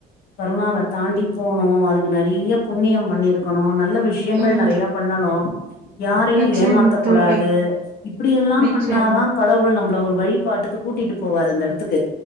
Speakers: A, on the left; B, on the right.
A: கர்மாவ தாண்டி போனோ அதுக்கு நெறிய புண்ணியம் பண்ணிருக்கணு நல்ல விஷயங்கள்
B: ம்
A: நெறைய பண்ணணு யாரையு
B: நிச்சயமா
A: ஏமாத்தக்க
B: தோழி
A: கூடாது இப்டி எல்லா
B: நிச்சயமா
A: பண்ணாதா கடவுள் நம் கு ஒரு வழிபாட்டுக்கு கூட்டிட்டு போவாரு அந்த எடத்துக்கு